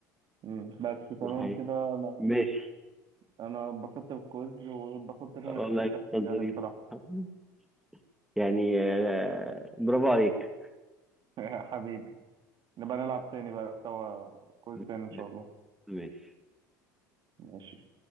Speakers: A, on the right (about 50°); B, in the centre.
A: مم. بس تمام
B: ده حقيقي
A: كده أنا
B: ماشي
A: أنا اتبسطت بالكويز واتبسطت إن أنا
B: والله
A: كسبتك فيه
B: كان
A: يعني
B: ظريف
A: بصراحة
B: <laughs> يعني آه، برافو عليك
A: <laughs> حبيبي نبقى نلعب تاني بقى سوا كويز
B: <laughs>
A: تاني إن شاء الله
B: ماشي
A: ماشي